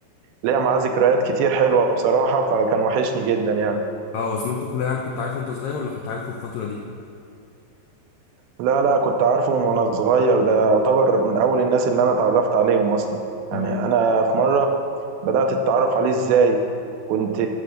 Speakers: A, on the right; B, on the left.
A: فليا معاه ذكريات كتير حلوة بصراحة فكان وحشني جدا يعني
B: اه وزميلته فيلا يعني كنت عارفه وانت صغير ولا كنت عارفه في الفتره دي
A: لا لا كنت عارفه من وانا صغير ده يعتبر من اول الناس اللي انا اتعرفت عليهم اصلا يعني
B: امم
A: انا في مره بدات اتعرف عليه ازاي كنت